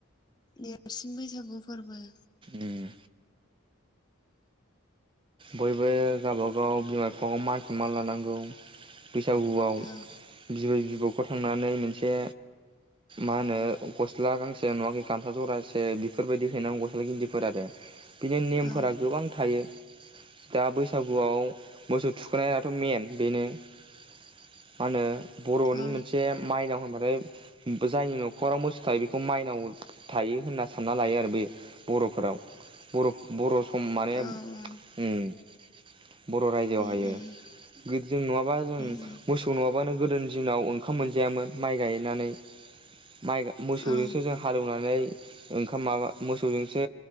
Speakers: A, on the left; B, on the right.
A: देरसिन बैसागु फोरबो।
B: उम बयबो गावबागाव बिमा बिफाखौ मान सनमान लानांगौ। बैसागुआव
A: औ
B: बिबाय बि <unintelligible> थांनानै मोनसे मा होनो गस्ला गांसे नङाखि गामसा जरासे बेफोरबायदि हैनांगौ गस्ला गिन्दिफोर आरो बिनि नेमफोरा
A: औ
B: गोबां थायो। दा बैसागुआव मोसौ थुखनायाथ' मेन बेनो मा होनो बर'नि
A: औ
B: मोनसे माइनाव होनबाथाय बो जायनि न'खराव मोसौ थायो बेखौ माइनाव थायो होनना सानना लायो आरो बे बर'फोराव बर' बर' ओम माने
A: औ
B: उम
A: औ
B: <unintelligible> बर' रायजोआव
A: उम
B: हायो
A: उम
B: गोद जों नङाबा जों
A: उम उम
B: मोसौ नङाबानो गोदोनि दिनाव ओंखाम मोनजायामोन माइ गायनानै माइ मोसौजोंसो
A: औ
B: जों हालेवनानै ओंखाम माबा मोसौजोंसो